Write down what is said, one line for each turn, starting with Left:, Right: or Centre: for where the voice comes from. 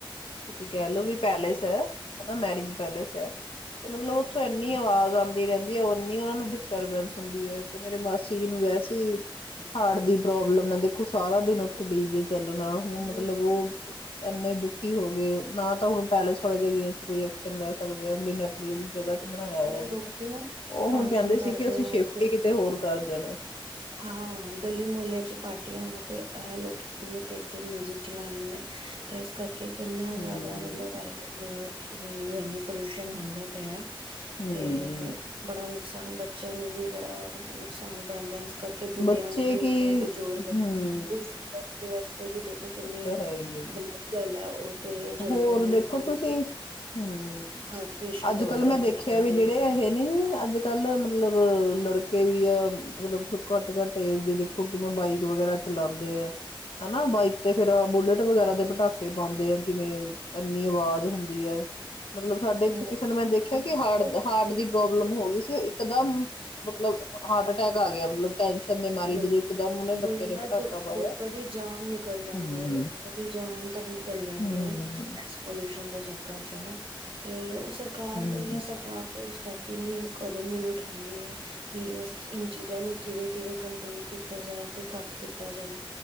Left: ਤੁਸੀਂ ਕਹਿ ਲੋੋ, ਵੀ ਪੈਲੇਸ ਹੈ ਹੈਨਾ ਮੈਰਿਜ ਪੈਲੇਸ ਹੈ ਤੇ ਮਤਲਬ ਉੱਥੋਂ ਇਨੀ ਆਵਾਜ਼ ਆਉਂਦੀ ਰਹਿੰਦੀ ਹੈ ਨੀ ਉਹਨਾ ਨੂੰ ਡਿਸਟਰਬੈਂਸ ਹੁੰਦੀ ਹੈ ਤੇ ਮੇਰੇ ਮਾਸੀ ਜੀ ਨੂੰ ਵੈਸੇ ਹਾਰਟ ਦੀ ਪ੍ਰੋਬਲਮ ਐ, ਦੇਖੋ ਸਾਰਾ ਦਿਨ ਉੱਥੇ
Right: ਉਹ-
Left: ਡੀ ਜੇ ਚੱਲਣਾ, ਹੁਣ ਮਤਲਬ
Right: ਉਹੀ-
Left: ਉਹ ਇੰਨੇ ਦੁਖੀ ਹੋ ਗਏ ਨਾ ਤਾਂ ਹੁਣ ਪੈਲੇਸ ਵਾਲੇ ਦੇ ਅਗੇਸਟ ਕੋਈ ਐਕਸ਼ਨ ਲੈ ਸਕਦੇ ਆ ਨੇ ਆਪਣੀ ਉਹੀ ਜਗ੍ਹਾ ਚ ਬਣਾਇਆ
Right: ਤੇ
Left: ਹੋਇਆ।
Right: ਲੋਕੀ ਨਾ
Left: ਉਹ
Right: ਫੰਕਸ਼ਨ
Left: ਹੁਣ ਕਹਿੰਦੇ ਸੀ
Right: ਕਰਦੇ
Left: ਕਿ ਅਸੀਂ
Right: ਹੈ
Left: ਸ਼ਿਫਟ ਈ- <inaudible>
Right: ਹਾਂ ਗਲੀ ਮੁਹੱਲੇ ਚ ਪਾਟੀਆਂ ਤੇ ਇਹ ਲੋਕੀ ਕਿੰਨੇ ਤੇਰ ਤੇਰ ਮਿਊਜਿਕ ਚਲਾ ਲਏ ਨੇ, ਤੇ ਇਸ ਕਰਕੇ ਕਿੰਨਾ
Left: ਹੂੰ,
Right: ਜ਼ਿਆਦਾ ਮਤਲਬ ਵਾਯੂ ਅਰ- ਇਹ ਯਾਨੀ ਪੋਲਿਊਸ਼ਨ ਹੁੰਦਾ ਪਿਆ।
Left: ਹੂੰ।
Right: ਤੇ ਬੜਾ ਨੁਕਸਾਨ ਬੱਚਿਆਂ ਨੂੰ ਵੀ ਬੜਾ ਨੁਕਸਾਨ- ਪੈਂਦਾ ਏ ਕਰਕੇ ਬੁੱਢਿਆਂ
Left: ਬੱਚੇ
Right: ਨੂੰ ਵੀ
Left: ਕੀ
Right: ਜੋ ਬਜ਼ੁਰਗ ਐ,
Left: ਹੂੰ,
Right: ਬੁਜਰਗਾ ਦਿਸ ਤੇ ਵੀ ਦੇਖੋ ਕਿੰਨੀ-ਗਲਤ
Left: ਉਹ ਤਾਂ ਹੈ ਹੀ ਹੈ।
Right: ਗੱਲ ਹੈ। ਉਹ ਤੇ ਜਲਦੀ-ਜਲਦੀ
Left: ਹੋਰ ਦੇਖੋ
Right: ਮਤਲਬ
Left: ਤੁਸੀਂ। ਹੂੰ,
Right: ਹਾਰਟ ਪੇਸ਼ੈਂਟ
Left: ਅੱਜ
Right: ਹੁੰਦੇ
Left: ਕੱਲ ਮੈਂ
Right: ਨੇ
Left: ਦੇਖਿਆ
Right: ਐਵੇਂ
Left: ਵੀ ਜਿਹੜੇ ਇਹ ਨੇ ਅੱਜ ਕੱਲ ਮਤਲਬ ਲੜਕੇ ਵੀ ਕਿਆ ਮਤਲਬ ਘੱਟ ਘੱਟ ਏਜ ਦੇ ਦੇਖੋ ਕਿਵੇਂ ਬਾਈਕ ਵਗੈਰਾ ਚਲਾਂਦੇ ਏ। ਹਨਾ, ਬਾਈਕ ਤੇ ਫਿਰ ਬੁਲੇਟ ਵਗੈਰਾ ਤੇ ਪਟਾਕੇ ਪਾਦੇ ਏ। ਕਿਵੇਂ ਇੰਨੀ ਆਵਾਜ਼ ਹੁੰਦੀ ਹੈ। ਮਤਲਬ ਸਾਡੇ ਇੱਥੇ
Right: ਉਹ
Left: ਕਿਸੇ ਨੂੰ ਮੈਂ ਦੇਖਿਆ
Right: ਉਹੀ
Left: ਕਿ
Right: ਤੇ
Left: ਹਾਰਡ
Right: ਉਹੀ
Left: ਹਾਰਟ ਦੀ ਪ੍ਰੋਬਲਮ
Right: ਤੇ
Left: ਹੋ ਗਈ ਸੀ। ਇੱਕਦਮ ਮਤਲਬ ਅ ਹਾਰਟ -ਅਟੈਕ ਆ ਗਿਆ। ਮਤਲਬ ਟੈਨਸ਼ਨ ਮਾਰੀ
Right: ਦੇ
Left: ਜਦੋਂ ਇਕਦਮ ਉਹਨੇ
Right: ਵਈ
Left: ਬੱਚੇ ਨੇ
Right: ਨਾ
Left: ਪਟਾਕਾ
Right: ਦ ਲੋਕਾਂ
Left: ਪਾਇਆ
Right: ਦੀ ਜਾਨ ਨਿਕਲ ਜਾਂਦੀ
Left: ਹਮ
Right: ਹੈ। ਲੋਕਾਂ ਦੀ ਜਾਨ ਤੱਕ ਨਿਕਲ ਜਾਂਦੀ। ਜਾਂਦੀ
Left: ਹਮ
Right: ਹੈ ਏਸ ਪੋਲਿਊਸ਼ਨ ਦੇ ਚਕਰ ਚ ਕਰ ਜੇ ਨਾ ਤੇ ਉਸ ਸਰਕਾਰ
Left: ਹਮ
Right: ਵੋਈ ਹੈ। ਸਰਕਾਰ ਕੁਛ ਹੈਪੀ ਨੀ ਕਦਮ ਈ ਨੀ ਉਠਾਂਦੀ ਏ। ਕਿ ਇਸ ਇਨ ਚੀਜ਼ਾਂ ਨੂੰ ਕਿਵੇਂ ਕਿਵੇਂ ਕੰਟਰੋਲ ਕੀਤਾ ਜਾਏ, ਤੇ ਘੱਟ ਕੀਤਾ ਜਾਏ।